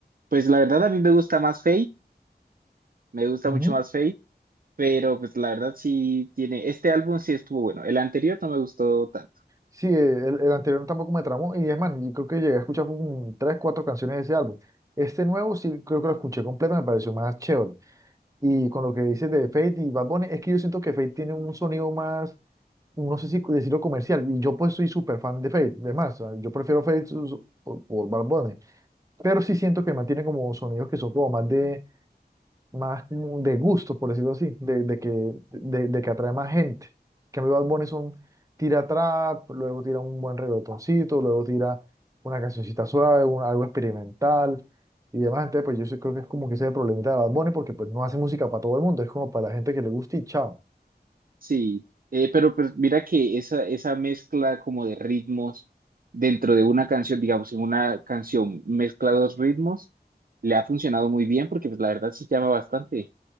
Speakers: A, on the right (about 55°); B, on the right (about 20°).
A: pues la verdad a mí me gusta más Fate, me gusta
B: Ujú.
A: mucho más Fate. Pero pues la verdad sí tiene, este álbum sí estuvo bueno, el anterior no me gustó tanto,
B: Sí, eh, el, el anterior tampoco me tramó. Y es más, yo creo que llegué a escuchar como tres, cuatro canciones de ese álbum. Este nuevo sí creo que lo escuché completo, me pareció más chévere. Y con lo que dices de Fate y Bad Bunny, es que yo siento que Fate tiene un sonido más, no sé si decirlo comercial. Y yo pues soy súper fan de Fate. Además, o sea, yo prefiero Fate su- su- por, por Bad Bunny. Pero sí siento que mantiene como sonidos que son como más de, más como de gusto, por decirlo así, de, de que, de, de que atrae más gente. Que cambio, Bad Bunny es un tira trap, luego tira un buen reggaetoncito, luego tira una cancioncita suave, un- algo experimental y demás. Entonces, pues yo sí creo que es como que ese es el problemita de Bad Bunny, porque pues no hace música para todo el mundo, es como para la gente que le gusta y chao.
A: sí, Eh, pero pues mira que esa, esa mezcla como de ritmos dentro de una canción, digamos, en una canción mezcla dos ritmos, le ha funcionado muy bien porque pues la verdad sí llama bastante,